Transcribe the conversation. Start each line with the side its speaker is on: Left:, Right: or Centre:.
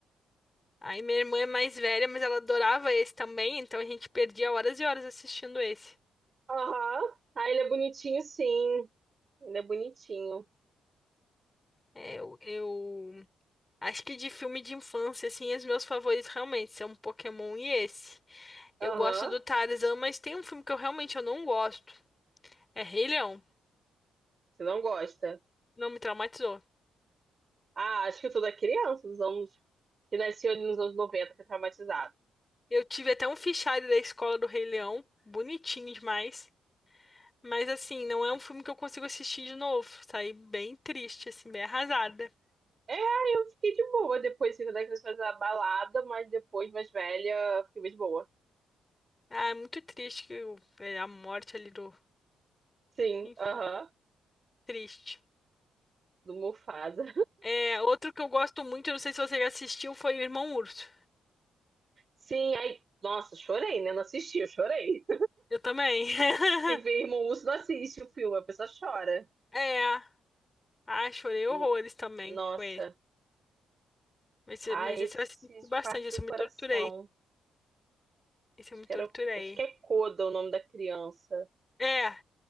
Left: Aí minha irmã é mais velha, mas ela adorava esse também, então a gente perdia horas e horas assistindo esse.
Right: Aham. Ah, ele é bonitinho, sim. Ele é bonitinho.
Left: É, eu, eu acho que de filme de infância, assim, os meus favoritos realmente são Pokémon e esse.
Right: Aham.
Left: Eu gosto do Tarzan, mas tem um filme que eu realmente eu não gosto. É Rei Leão.
Right: Você não gosta?
Left: Não me traumatizou.
Right: Ah, acho que toda criança dos anos que nasceu ali nos anos 90 foi traumatizada.
Left: Eu tive até um fichário da escola do Rei Leão, bonitinho demais. Mas assim, não é um filme que eu consigo assistir de novo. Saí bem triste, assim, bem arrasada.
Right: É, eu fiquei de boa depois, assim, quando a criança faz a balada, mas depois, mais velha, eu fiquei mais de boa.
Left: Ah, é muito triste que o- é, a morte ali do.
Right: Sim,
Left: Enfim,
Right: aham,
Left: triste.
Right: do Mufasa.
Left: É, outro que eu gosto muito, eu não sei se você já assistiu, foi o Irmão Urso.
Right: Sim, aí, nossa, chorei, né? Não assisti, eu chorei.
Left: Eu também. <laughs>
Right: Que ver Irmão Urso não assiste o filme, a pessoa chora.
Left: É. Ah, chorei horrores
Right: N-
Left: também
Right: Nossa,
Left: com esse. Mas, esse-
Right: ah,
Left: mas
Right: esse
Left: esse eu assisti bastante,
Right: partiu
Left: esse
Right: o
Left: eu
Right: coração.
Left: me torturei. Esse
Right: Acho
Left: eu me
Right: que
Left: torturei.
Right: era, acho que é Coda o nome da criança.
Left: É.